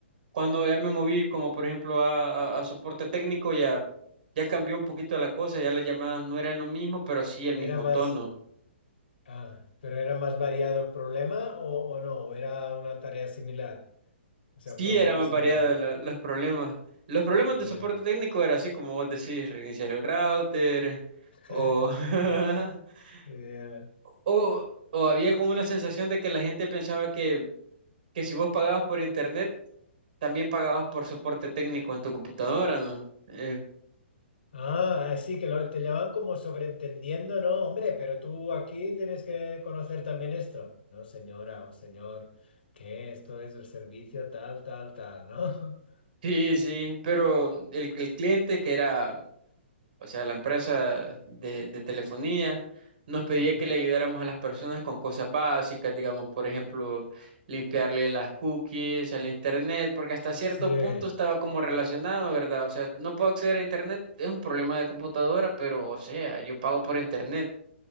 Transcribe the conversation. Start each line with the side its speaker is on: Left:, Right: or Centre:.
Right: Cuando ya me moví, como por ejemplo a, a- a soporte técnico, ya, ya cambió un poquito la cosa, ya las llamadas no eran lo mismo, pero sí el
Left: Era
Right: mismo
Left: más,
Right: tono.
Left: ah, pero era más variado el problema o, o no, ¿O era una tarea similar, o sea,
Right: Sí
Left: un problema
Right: era más
Left: similar.
Right: variada la- los problemas. Los problemas
Left: Yeah.
Right: de soporte técnico era así como vos decís, reiniciar el router
Left: <laughs>
Right: o, <laughs>
Left: Yeah.
Right: o, o había como una sensación de que la gente pensaba que, que si vos pagabas por internet, también pagabas por soporte técnico en tu computadora, ¿no? Eh,
Left: Ah, sí, que lo, te llaman como sobreentendiendo, ¿no? Hombre, pero tú aquí tienes que conocer también esto. No, señora o señor, que esto es el servicio tal, tal, tal, ¿no? <laughs>
Right: sí, sí, pero el, el cliente que era... o sea, la empresa de, de telefonía, nos pedía
Left: Mm,
Right: que le ayudáramos a las personas con cosas básicas, digamos, por ejemplo, limpiarle las cookies al internet, porque hasta
Left: Sí.
Right: cierto punto estaba como relacionado, ¿verdad? O sea, no puedo acceder a internet, es un problema de computadora, pero, o sea, yo pago por internet.